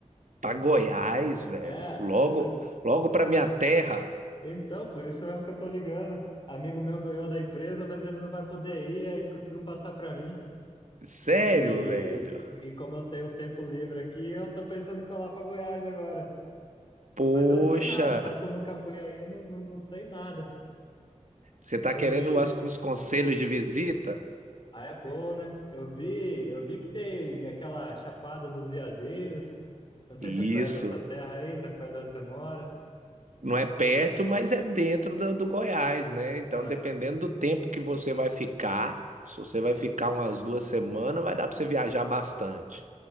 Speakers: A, on the right; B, on the left.
A: Pra Goiás, velho.
B: É,
A: Logo,
B: a-
A: logo pra minha terra.
B: então, por isso mesmo que eu tô ligando. Amigo meu ganhou da empresa, mas ele não vai poder ir, aí ele conseguiu passar pra mim.
A: Sério,
B: E,
A: velho.
B: e, e como eu tenho tempo livre aqui, eu tô pensando em colar pra Goiás agora.
A: Poxa,
B: Mas eu não sei nada, sabe que eu nunca fui aí, eu não, não, não sei nada.
A: você tá
B: Onde,
A: querendo umas- uns conselhos de visita?
B: Ah, é bom, né? Eu vi, eu vi que tem aquela Chapada dos Veadeiros. Eu não sei
A: Isso.
B: se é perto da sua terra aí, se é perto de onde você mora.
A: Não é perto, mas é dentro do, do Goiás, né? Então,
B: É,
A: dependendo do tempo que você vai ficar, se você vai ficar umas duas semanas, vai dar pra você viajar bastante.